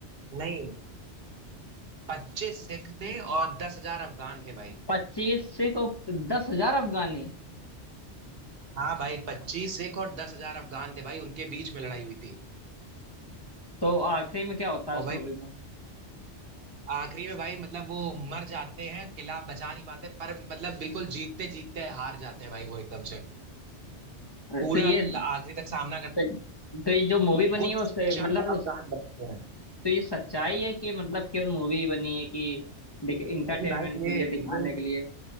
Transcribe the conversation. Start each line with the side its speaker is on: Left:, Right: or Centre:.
Right: नहीं पच्चीस सिख थे और दस हजार अफगान थे भाई
Left: पच्चीस सिख और दस हजार अफगानी
Right: हाँ भाई पच्चीस सिख और दस हजार अफगान थे भाई उनके बीच में लड़ाई हुई थी
Left: तो आखिरी में क्या होता है
Right: और
Left: उस
Right: भाई
Left: मूवी में
Right: आखिरी में भाई मतलब वो मर जाते हैं किला बचा नहीं पाते पर मतलब बिल्कुल जीतते जीतते हार जाते हैं भाई वो एकदम से
Left: तो
Right: पूरा
Left: ये
Right: ल- आखिरी तक सामना करते
Left: तो ये
Right: हैं
Left: जो मूवी बनी
Right: कुछ
Left: है वो से-
Right: चंद
Left: मतलब
Right: अवदान
Left: इस-
Right: बचते हैं
Left: तो ये सच्चाई है कि मतलब केवल मूवी बनी है कि इंटरटेनमेंट
Right: भाई भाई
Left: के
Right: ये
Left: लिए दिखाने
Right: ये
Left: के लिए